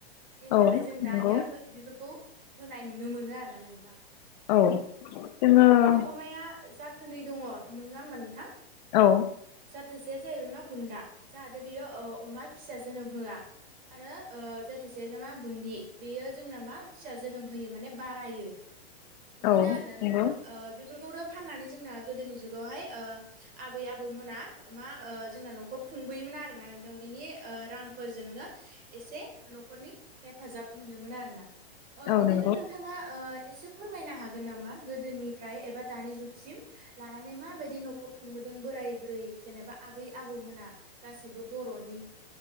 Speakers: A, on the right; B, on the left.
A: बेनि
B: औ
A: थाखाय
B: नंगौ
A: जों दानिया बेफोरखौ होनाय नुनो मोनो आरोना नोंथां
B: औ जोङो
A: बिदिनो अमाया जाथोनै दंङो नंङा होमबा नोंथां
B: औ
A: जाथोसेया जाहैबाय मा बुन्दा जाहाथे बेयो अमा फिसा जोनोम होआ आरो जाथोसेया नामा बुन्दि बेयो जोंना मा फिसा जोनोम होयो माने बारायो बिदिनो
B: औ
A: आरो
B: नंगौ
A: ना नोंथां बेफोरखौ फाननानै जोंना गोदोनि जुगावहाय आबै आबौ मोना मा जोंना न'खर खुंबोयोमोन आरोना नोंथां बिनि रांफोरजोंनो एसे न'खरनि हेफाजाब मोनोमोन आरोोना
B: औ
A: बिदिनो
B: नंगौ
A: नोंथांङा एसे फोरमायनो हागोन नामा गोदोनिफ्राय एबा दानि जुगसिम लानानै माबायदि नखर खुंबोदों नों बोराय बुरै जेनेबा आबै - आबौमोना गासैबो बर'नि